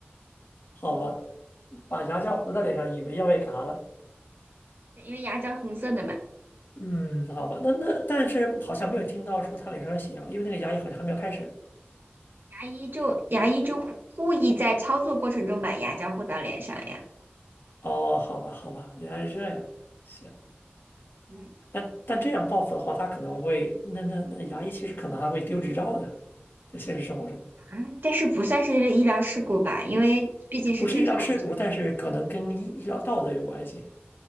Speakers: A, on the left; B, on the right.
A: 好吧，把牙胶糊在脸上，以为要被嘎了。
B: 因为牙胶红色的嘛，
A: 嗯，好吧，那那但是好像没有听到说他脸上有血啊，因为那个牙医好像还没有开始。
B: 牙医就牙医就故意在操作过程中把牙胶糊到脸上呀。
A: 哦，好吧，好吧，原来是这样。行。
B: 嗯。
A: 但但这样报复的话，他可能会，那那那牙医其实可能还会丢执照的，在现实生活中，
B: 啊，但是不算是医疗事故吧，因为毕竟是正常。
A: 不是医疗事故，但是可能跟医医疗道德有关系，